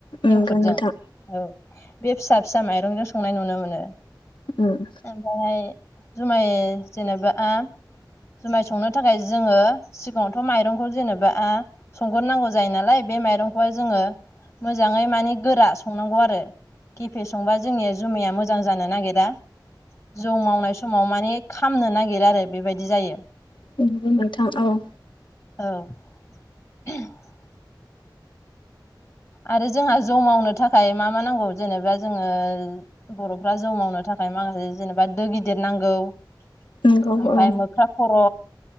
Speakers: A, on the left; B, on the left.
A: नंगौ
B: इंखुदजों
A: नोंथां
B: औ। बे फिसा फिसा माइरंजों संनाय नुनो मोनो।
A: उम
B: ओमफायहाय जुमाय जेनेबा आ जुमाय संनो थाखाय जोङो सिगाङावथ माइरंखौ जेनेबाआ संगोरनांगौ जायो नालाय बे माइरंखौहाय जोङो मोजाङै माने गोरा संनांगौ आरो। गिफे संबा जोंनिया जुमैया मोजां जानो नागिरा। जौ मावनाय समाव माने खामनो नागिरो आरो बेबायदि जायो।
A: <unintelligible> नोंथां औ।
B: औ <unintelligible> आरो जोंहा जौ मावनो थाखाय मा मा नांगौ जेनेबा जोङो बर'फ्रा जौ मावनो थाख खाय माखासे जेनेबा दो गिदिद नांगौ ओमफाय
A: नंगौ औ
B: मोख्रा खर